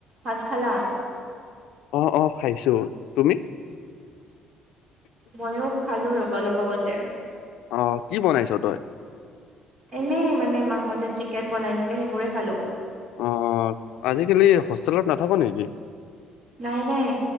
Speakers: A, on the right (about 40°); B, on the left (about 85°).
A: ভাত খালা?
B: অ' অ' খাইছো তুমি?
A: ময়ো খালো ৰ'বা অলপ আগতে।
B: অ' কি বনাইছ তই?
A: এনেই মানে মাহতে চিকেন বনাইছিলে সেইবোৰে খালো।
B: অ' অ' আজিকালি হোষ্টেলত নাথাক নেকি
A: নাই নাই।